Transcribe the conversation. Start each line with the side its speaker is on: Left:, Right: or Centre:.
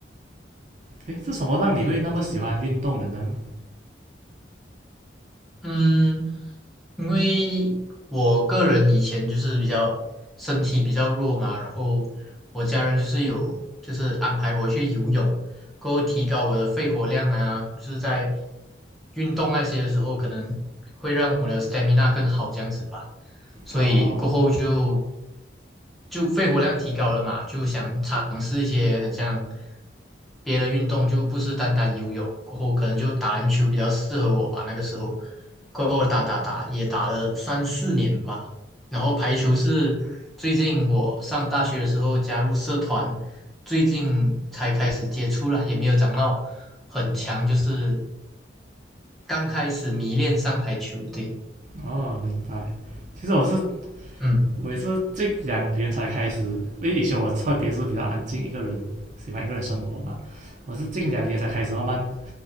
Right: 诶，是什么让你会那么喜欢运动的呢？
Centre: 嗯，因为我个人以前就是比较身体比较弱嘛，然后我家人就是有就是安排我去游泳，过后提高我的肺活量啊，就是在运动那些的时候，可能会让我的 stamina 更好这样子吧。所以过后就
Right: 哦，
Centre: 就肺活量提高了嘛，就想尝试一些很像别的运动，就不是单单游泳。过后可能就打篮球比较适合我吧，那个时候，过后打打打也打了三四年吧。然后排球是最近我上大学的时候加入社团，最近才开始接触了，也没有长到很强，就是刚开始迷恋上排球。对，
Right: 哦，明白。其实我是
Centre: 嗯
Right: 我也是近两年才开始，因为以前我特别是比较安静一个人，喜欢一个人生活嘛。我是近两年才开始慢慢